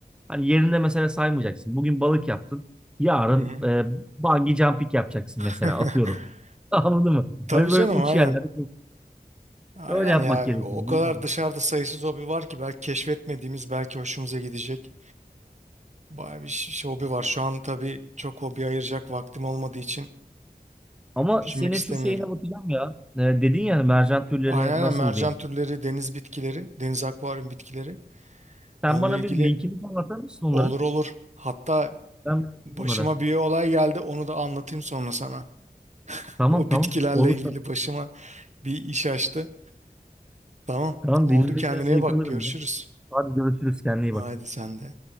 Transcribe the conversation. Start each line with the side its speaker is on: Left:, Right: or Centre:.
Centre: Hani yerinde mesela saymayacaksın. Bugün balık yaptın. Yarın
Right: Hı hı.
Centre: e, bungee jumping yapacaksın
Right: <laughs>
Centre: mesela atıyorum. <laughs> Anladın mı?
Right: Tabii
Centre: Hani böyle
Right: canım
Centre: uç
Right: aynen.
Centre: yerlerde.
Right: Aynen
Centre: Öyle yapmak
Right: ya.
Centre: gerekiyor.
Right: O
Centre: bilmiyorum.
Right: kadar dışarıda sayısız hobi var ki belki keşfetmediğimiz belki hoşumuza gidecek. Bayağı bir ş- şey, hobi var. Şu an tabii çok hobi ayıracak vaktim olmadığı için
Centre: Ama
Right: düşünmek
Centre: senin
Right: istemiyorum.
Centre: şu şeyine bakacağım ya. Ee, dedin ya mercan türleri
Right: Aynen aynen
Centre: nasıl
Right: mercan
Centre: diye.
Right: türleri, deniz bitkileri, deniz akvaryum bitkileri.
Centre: Sen
Right: Onunla
Centre: bana
Right: ilgili
Centre: bir linkini falan atar mısın onların?
Right: olur olur. Hatta
Centre: Ben bakayım
Right: başıma
Centre: onlara.
Right: bir olay geldi onu da anlatayım sonra sana.
Centre: Tamam
Right: O
Centre: tamam.
Right: bitkilerle
Centre: Olur.
Right: ilgili
Centre: Tamam
Right: başıma bir iş açtı. Tamam
Centre: Tamam,
Right: oldu
Centre: dinlemekten
Right: kendine
Centre: zevk
Right: iyi bak
Centre: alırım
Right: görüşürüz.
Centre: ya. Hadi görüşürüz. Kendine iyi
Right: Haydi
Centre: bak.
Right: sen de.